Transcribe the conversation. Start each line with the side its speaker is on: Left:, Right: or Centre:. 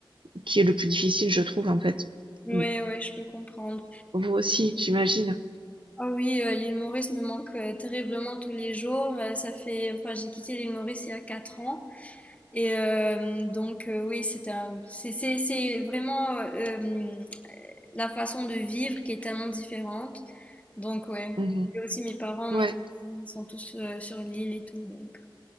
Right: qui est le plus difficile, je trouve en fait.
Left: Ouais,
Right: Mm.
Left: ouais, je peux comprendre.
Right: Vous aussi, j'imagine.
Left: Ah oui, euh, l'île Maurice me manque euh, terriblement tous les jours. Euh, ça fait, enfin, j'ai quitté l'île Maurice il y a 4 ans. Et euh, donc, euh, oui, c'est un, c'est, c'est- c'est vraiment euh, la façon de vivre qui est tellement différente. Donc, ouais.
Right: Mhm.
Left: Et aussi mes parents,
Right: Ouais,
Left: mes amis, ils sont tous euh, sur l'île et tout. Donc,